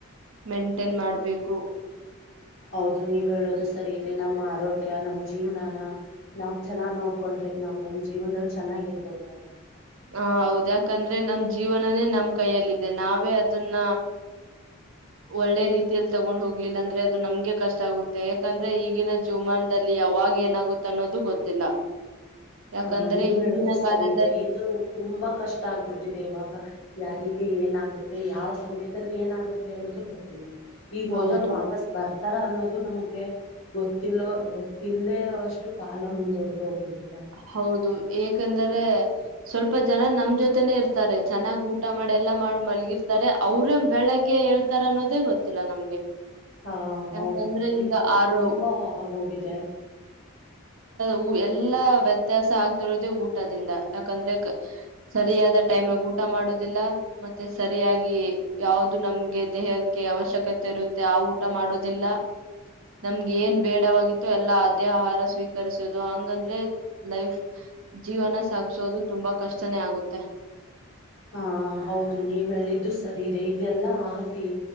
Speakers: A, on the right; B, on the left.
A: ಮೇಂಟೈನ್ ಮಾಡ್ಬೇಕು
B: ಹೌದು ನೀವ್ ಹೇಳೋದು ಸರಿ ಇದೆ ನಮ್ಮ ಆರೋಗ್ಯ ನಮ್ ಜೀವ್ನಾನ ನಾವ್ ಚೆನ್ನಾಗ್ ನೋಡ್ಕೊಂಡ್ರಿ ನಾವ್ ನಮ್ ಜೀವನದಲ್ಲಿ ಚೆನ್ನಾಗಿರ್ಬೋದು ಅಲ್ವಾ
A: ಹ ಹೌದ ಯಾಕಂದ್ರೆ ನಮ್ ಜೀವನನೇ ನಮ್ ಕೈಯಲ್ಲಿದೆ ನಾವೇ ಅದನ್ನ ಒಳ್ಳೆ ರೀತಿಯಲ್ಲಿ ತಗೊಂಡ್ ಹೋಗ್ಲಿಲ್ಲ ಅಂದ್ರೆ ಅದು ನಮ್ಗೆ ಕಷ್ಟ ಆಗುತ್ತೆ ಯಾಕಂದ್ರೆ ಈಗಿನ ಜೀವಮನದಲ್ಲಿ ಯಾವಾಗ ಏನಾಗುತ್ತ ಅನ್ನೋದು ಗೊತ್ತಿಲ್ಲ ಯಾಕಂದ್ರೆ
B: ಹ ನೀವ
A: ಹಿಂದಿನ
B: ಹೇಳೋದು ಸರಿ
A: ಕಾಲದಲ್ಲಿ
B: ಇದೆ ಇದು ತುಂಬಾ ಕಷ್ಟ ಆಗ್ಬಿಟ್ಟಿದೆ ಇವಾಗ ಯಾರಿಗೆ ಏನಾಗುತ್ತೆ ಅದೆ ಯಾವ ಸಮಯದಲ್ಲಿ ಏನಾಗುತ್ತೆ ಅನ್ನೋದು ಗೊತ್ತಿಲ್ಲ ಈಗ ಹೋದೋರು
A: ಹೌದು
B: ವಾಪಸ್ ಬರ್ತ ತರ ಅನ್ನೋದು ನಮಗೆ ಗೊತ್ತಿಲ್ಲೋ ಗೊತ್ತಿಲ್ಲದೇ ಇರೋಷ್ಟು ಕಾಲ ಮುಂದುವರ್ದು ಹೋಗ್ಬಿಟ್ಟಿದೆ
A: ಹೌದು ಏಕಂದ್ರೆ ಸ್ವಲ್ಪ ಜನ ನಮ್ ಜೊತೆನೆೇ ಇರ್ತಾರೆ ಚೆನ್ನಾಗ್ ಊಟ ಮಾಡಿ ಎಲ್ಲಾ ಮಾಡಿ ಮಲ್ಗಿರ್ತಾರೆ ಅವ್ರೇ ಬೆಳಗ್ಗೆ ಹೇಳ್ತಾರ ಅನ್ನೋದೇ ಗೊತ್ತಿಲ್ಲ ನಮ್ಗೆ
B: ಹಾ ಹೌದು
A: ಯಾಕಂದ್ರೆ
B: ಈ
A: ಈಗ
B: ತರ
A: ಆರೋ
B: ತುಂಬಾ ಆಗೋಗಿದೆ
A: ಹ ಎಲ್ಲಾ ವ್ಯತ್ಯಾಸ ಆಗ್ತಿರೋದೇ ಊಟದಿಂದ ಯಾಕಂದ್ರೆ ಸರಿಯಾದ ಟೈಮ್ ಆಗ ಊಟ ಮಾಡೋದಿಲ್ಲ ಮತ್ತೆ ಸರಿಯಾಗಿ ಯಾವ್ದ ನಮ್ಗೆ ದೇಹಕ್ಕೆ ಅವಶ್ಯಕತೆ ಇರುತ್ತೆ ಆ ಊಟ ಮಾಡೋದಿಲ್ಲ ನಮ್ಗೆ ಏನ್ ಬೇಡವಾಗಿ ಎಲ್ಲ ಆದ್ಯ ಆಹಾರ ಸ್ವೀ ಕಸೋುದು ಹಂಗಂದ್ರೆ ಲೈಫ್ ಜೀವನ ಸಾಗಿಸುವೋುದು ತುಂಬಾ ಕಷ್ಟನೇ ಆಗುತ್ತೆ
B: ಹಾ ಹೌದು ನೀವ ಹೇಳಿದ್ದು ಸರಿ ಇದೆ ಇದೆಲ್ಲಾ ಆಗಿ